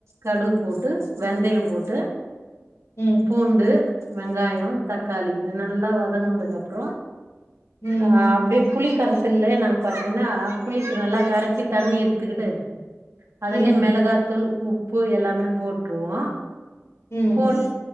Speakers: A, on the right; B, on the left.
A: கடுகு போட்டு வெந்தய போட்டு
B: ம்
A: பூண்டு வெங்காயொ தக்காளி இது நல்லா வதங்குனதுக்கு அப்புறோ
B: ம்
A: ஆ அப்டி புளி கரச்சல்ல நா பாத்தீங்கன்னா புளிக்கு நல்லா கரச்சி தண்ணி எத்துக்கிட்டு அதுலயே
B: ம்
A: மெளகாத்தூள் உப்பு எல்லாமே போட்ருவோ
B: ம்
A: போட்